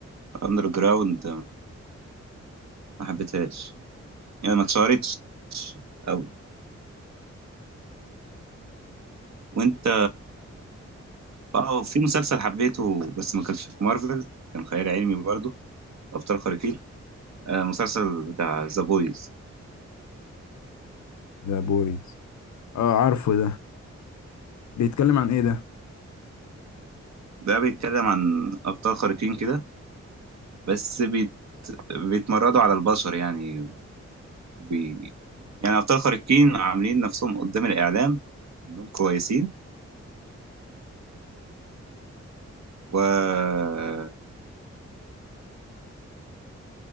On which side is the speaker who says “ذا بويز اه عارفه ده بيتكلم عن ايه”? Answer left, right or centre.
Left